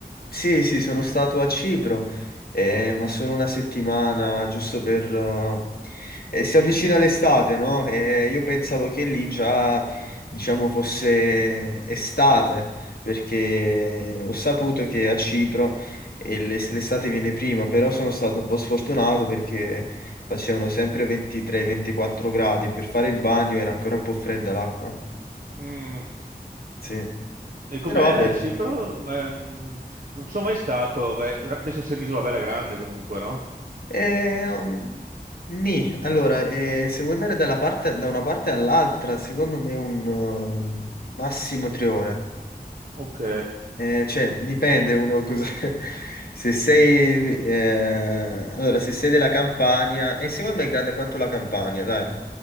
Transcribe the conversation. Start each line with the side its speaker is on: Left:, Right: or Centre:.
Left: Sì, sì, sono stato a Cipro, eh, ma solo una settimana, giusto per... eh, eh, si avvicina l'estate, no? E io pensavo che lì già, diciamo, fosse estate, perché ho saputo che a Cipro eh, l'es- l'estate viene prima, però sono stato un po' sfortunato perché facevano sempre 23-24 gradi e per fare il bagno era ancora un po' fredda l'acqua.
Right: Mm.
Left: Sì.
Right: E com'è
Left: Però vabbè.
Right: Cipro? Ehm, non sono mai stato, beh, ra- penso sia un'isola bella grande comunque, no?
Left: Eh, um, nì. allora, eh, se vuoi andare dalla parte- da una parte all'altra, secondo me un um, massimo tre ore.
Right: Ok.
Left: Eh, cioè, dipende uno cosa... <laughs> Se sei... eh, allora, se sei della Campania... E secondo me è grande quanto la Campania, dai.